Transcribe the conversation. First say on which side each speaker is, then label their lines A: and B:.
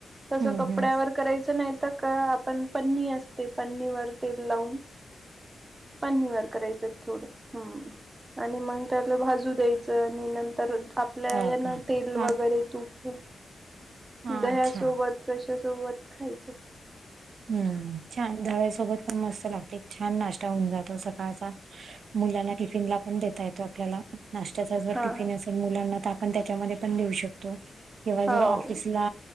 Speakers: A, on the right (about 30°); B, on the right (about 75°).
A: तसं
B: हम्म
A: कपड्यावर
B: हम्म
A: करायचं नाही तर का आपण पन्नी असते पन्नीवर तेल लावून पन्नीवर करायचं थोडं हम्म आणि मग त्याला भाजू द्यायचं आणि नंतर लाह्यांना
B: हो का
A: तेल वगैरे
B: हा
A: तूप
B: हा
A: दह्यासोबत
B: अच्छा
A: कश्यासोबत खायचं.
B: हम्म छान दह्यासोबत पण मस्त लागते छान नाश्ता होऊन जातो सकाळचा. मुलांना टिफिन ला पण देता येतो आपल्याला. नाश्त्याचा जर
A: हा
B: टिफिन असेल मुलांना तर आपण त्याच्यामध्ये पण देऊ शक तो किंवा
A: हो
B: जर ऑफिसला